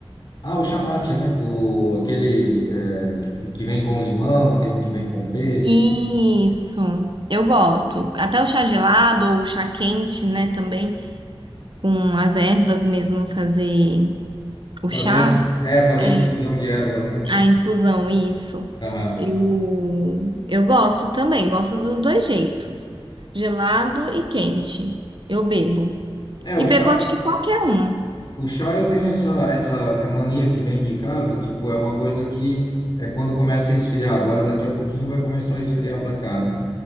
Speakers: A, on the left (about 45°); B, on the right (about 55°).
A: Ah, o chamate, né? O, aquele é, que, que que vem com limão, tem um que vem com pêssego.
B: Isso, eu gosto. Até o chá gelado ou o chá quente, né, também, com as ervas mesmo fazer o
A: Fazer,
B: chá,
A: é, fazer
B: é,
A: infusão de ervas, né?
B: a infusão, isso.
A: Aham.
B: Eu, eu gosto também, gosto dos dois jeitos, gelado e quente. Eu bebo.
A: É,
B: E
A: o
B: bebo
A: chá,
B: acho que qualquer um.
A: o chá eu tenho essa, essa é mania que vem de casa, tipo, é uma coisa que é quando começa a esfriar. Agora, daqui a pouquinho vai começar a esfriar pra cá, né?